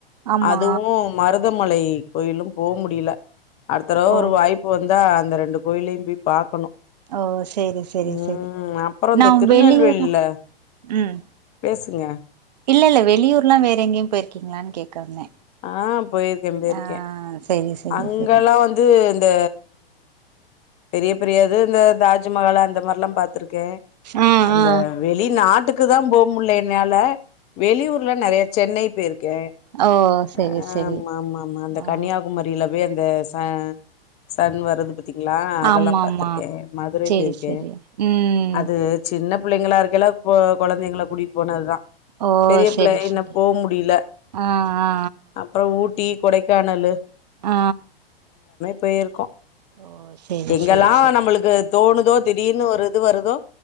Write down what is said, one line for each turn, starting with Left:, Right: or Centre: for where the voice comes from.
Right: ஆமா
Left: அதுவு மருதமலை கோயிலு போ முடியல அடுத்தடவ
Right: ஓ
Left: ஒரு வாய்ப்பு வந்தா அந்த ரெண்டு கோயிலையு போய் பாக்கணு
Right: ஓ சரி சரி
Left: ம்
Right: சரி
Left: அப்புறோ
Right: நா
Left: இந்த திருநெல்வேலில
Right: வெளியூர் உம்
Left: பேசுங்க
Right: இல்ல இல்ல வெளியூர்ல வேற எங்கேயு போயிருக்கீங்களான்னு கேக்க வந்தே
Left: ஆ போயிருக்கே போயிருக்கே
Right: ஆ சேரி சேரி
Left: அங்கல்லா
Right: சேரி
Left: வந்து இந்த பெரிய பெரியது இந்த தாஜ்மஹால் அந்த மாதிரில்லா பார்த் து இருக்கே
Right: ஆ
Left: அந்த
Right: ஆ
Left: வெளிநாட்டு க்கு தா போ முடில என்னால வெளியூர்ல நிறைய சென்னை போயிருக்கே
Right: ஓ சேரி
Left: ஆ
Right: சேரி
Left: ஆமா ஆமா ஆமா அந்த
Right: ஆ
Left: கன்னியாகுமரியில போய் அந்த ச சன் வரது பத் தீங்களா அதெல்லா
Right: ஆமா
Left: பாத்திருக்கே
Right: ஆமா
Left: மதுரை
Right: சேரி
Left: போயிருக்கே
Right: சேரி ம்
Left: அது சின்ன பிள்ளைங்களா இருக்கைல கொழந்தைங்கள கூட்டிட்டு போனதுதா
Right: ஓ
Left: பெரிய
Right: சேரி
Left: பிள்ளையாய்
Right: சேரி
Left: இன்னு போ முடில
Right: ஆ ஆ
Left: அப்புற ஊட்டி கொடைக்கானலு
Right: ஆ
Left: போயிருக்கோ
Right: ஓ சேரி
Left: எங்கெல்லா
Right: சேரி சேரி
Left: நம்மளுக்கு தோணுதோ திடீர்னு ஒரு இது வருதோ